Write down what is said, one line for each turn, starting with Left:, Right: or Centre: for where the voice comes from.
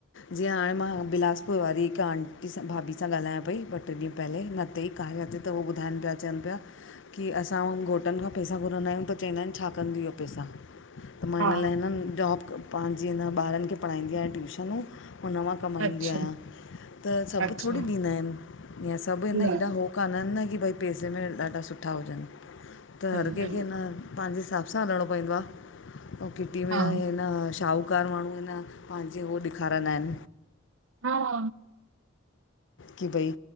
Left: जीअं हाणे मां बिलासपुर वारी हिकु आंटी सां भाभी सां ॻाल्हायां पई ॿ टे ॾींहं पहले न उते ई कार्या ते त हू ॿुधाइनि पिया चवनि पिया की असां हुन घोटनि खां पैसा घुरंदा आहियूं त चईंदा आहिनि छा कंदियूं इह पैसा? त मां
Right: हा
Left: हिन लाइ न जॉब पंहिंज जीअ न ॿारनि खे पढ़ाईंदी आहियां ट्यूशनूं हुन मां कमाईंदी
Right: अच्छा
Left: आहियां। त सभु
Right: अच्छा
Left: थोड़ी ॾींदा आहिन यां सभु हिन
Right: न
Left: हेॾां हो कान आहिनि न की भई पैसे में ॾाढा सुठा हुजनि त
Right: सही
Left: हर कंहिंखे
Right: आ।
Left: न पांजे हिसाब सां हलणो पईंदो आ, अऊं किटी में त
Right: हा
Left: न शाहूकार माण्हू ईंदा आहिन। पांजी हू ॾेखारींदा आहिन।
Right: हा।
Left: की भई